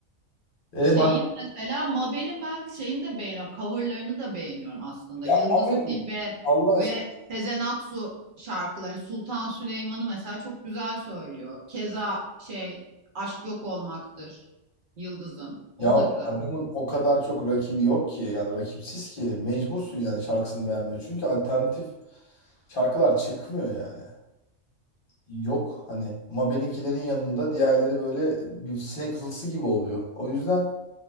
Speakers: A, on the left; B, on the right.
A: E
B: Şeyin
A: bak
B: mesela Mabel'in ben şeyini de beğeniyorum. Coverlarını da beğeniyorum aslında.
A: ya
B: Yıldız
A: mobil
B: Tilbe
A: Allah
B: ve
A: aşkına
B: Sezen Aksu şarkılarını Sultan Süleyman'ı mesela çok güzel söylüyor. Keza şey Aşk Yok Olmaktır Yıldız'ın. Onu
A: Ya
B: da güzel.
A: adamın o kadar çok rakibi yok ki yani rakipsiz ki mecbursun yani şarkısını beğenmeye. Çünkü alternatif şarkılar çıkmıyor yani. Yok hani Mabel'inkilerin yanında diğerleri böyle bir sinek vızıltısı gibi oluyor. O yüzden